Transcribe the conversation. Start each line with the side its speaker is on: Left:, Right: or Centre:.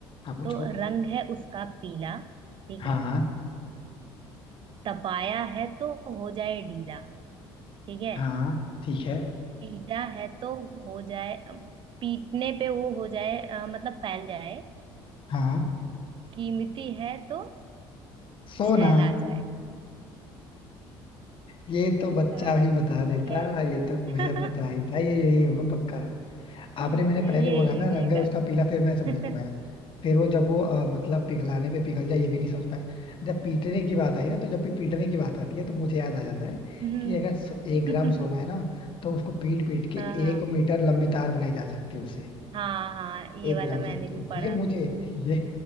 Left: आप पूछो
Right: तो रंग है उसका पीला ठीक
Left: हाँ
Right: है
Left: हाँ
Right: तपाया है तो हो जाए ढीला ठीक है
Left: हाँ ठीक है
Right: पीटा है तो हो जाए पीटने पे वो हो जाए अ, मतलब फैल जाए
Left: हाँ
Right: कीमती है तो
Left: सोना
Right: छैला जाए
Left: ये तो बच्चा
Right: यार
Left: भी बता देता
Right: ये
Left: ये तो मुझे
Right: <laughs>
Left: पता ही था ये यही होगा पक्का
Right: ये
Left: आपने मैंने पहले
Right: ये
Left: बोला ना
Right: इजी
Left: रंग है
Right: था
Left: उसका पीला फिर मैं
Right: <laughs>
Left: समझ नहीं पाया फिर वो जब वो अ, मतलब पिघलाने पे पिघल जाए ये भी नहीं समझ पाया जब पीटने की बात आई ना तो जब भी पीटने की बात आती है तो मुझे याद आ जाता है
Right: हम्म
Left: कि अगर सो- एक ग्राम
Right: <laughs>
Left: सोना है ना तो उसको पीट पीट के
Right: हाँ
Left: एक मीटर लंबी तार बनाई जा सकती है उससे
Right: हाँ हाँ हाँ ये
Left: एक
Right: वाला
Left: ग्राम से
Right: मैंने
Left: तो
Right: भी पढ़ा
Left: ये मुझे
Right: था
Left: ये